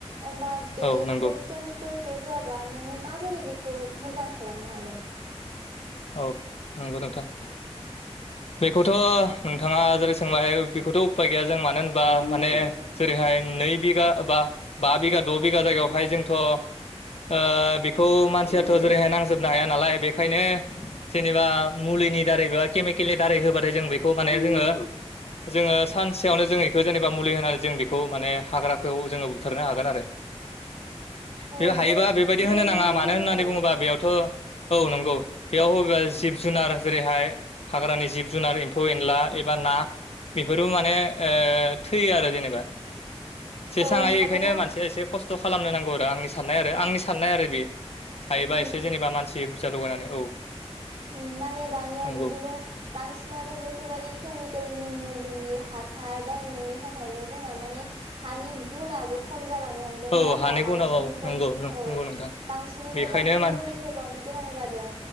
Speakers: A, on the right (about 65°); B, on the left (about 65°).
A: होमबा बेखौ
B: औ नंगौ
A: केमिकेलखौ होआबा नोङो माबोरै बेखौ मोजां खालामनो हागोन
B: औ नंगौ नोंथां बेखौथ' नोंथाङा जेरै सोंबाय बेखौथ' उफाय गैया जों मानो होनबा माने जेरैहाय नै बिघा बा बा बिघा द' बिघा जायगायावहाय जोंथ' ओ बेखौ मानसियाथ' जेरैहाय नांजोबनो हाया नालाय बेखायनो जेनेबा मुलिनि दारै बा केमिकेलनि दारै होबाथाय जों बेखौ माने जोङो जोङो सानसेयावनो जोङो बेखौ जेनेबा मुलि होनानै जों बेखौ माने हाग्राखौ जोङो बुथारनो हागोन आरो।
A: <unintelligible>
B: बे हायोबा
A: बाट
B: बेबायदि
A: बे
B: होनो नाङा
A: मुलि
B: मानो
A: होनाया
B: होननानै बुङोबा बेयावथ' औ नंगौ। बेयाव <unintelligible> जिब जुनार जेरैहाय हाग्रानि जिब जुनार एम्फौ एनला एबा ना बेफोरबो माने ओ थैयो आरो जेनेबा जेसांहायो
A: औ मानोना
B: एखायनो मानसिया एसे खस्थ' खालामनो नांगौ आरो आंनि साननाय आरो आंनि साननाय आरो बे हायोबा
A: उम
B: एसे जेनेबा मानसि फैसा लगायनानै औ
A: उम्म माने दानिया
B: नंगौ
A: बिदिनो बांसिनानो बेफोरबायदि केमिकेलनि मुलि हासार बाहायनायनि थाखायनो जोंना माने हानि गुनाबो खम जालांनो हम दों नङा
B: औ
A: होमबा
B: हानि
A: बांसिननिफ्राय
B: गुनाव औ नंगौ नंगौ
A: औ
B: नोंथां
A: बांसिननिफ्राय
B: बेखायनो
A: बांसिन
B: मान
A: मुलि होबावनो गोनां जादों।